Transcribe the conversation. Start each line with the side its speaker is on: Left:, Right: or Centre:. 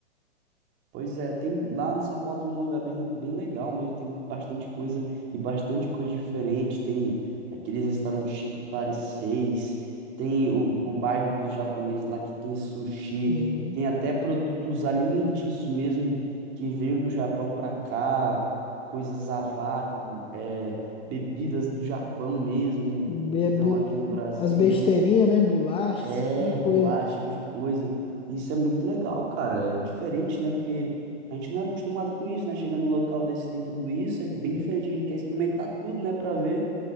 Right: Pois é, tem lá no São Paulo tem um lugar bem, bem legal mesmo, tem bastante coisa e bastante coisa diferente. Tem aqueles restaurantes chique Paris 6, tem o, o bairro dos japoneses lá que tem sushi,
Left: Sim.
Right: tem até produtos alimentícios mesmo que veio do Japão para cá, coisas a vácuo, é, bebidas do Japão mesmo
Left: Be-
Right: que estão
Left: bu-
Right: aqui no Brasil.
Left: As besteirinhas, né? Bolachas,
Right: É,
Left: esse tipo de coisa.
Right: bolacha, esse tipo de coisa. Isso é muito legal, cara. É diferente, né? Porque a gente não é acostumado com isso, né? Chega num local desse tem tudo isso, é bem
Left: Hum.
Right: diferente. A gente quer experimentar tudo, né? Pra ver.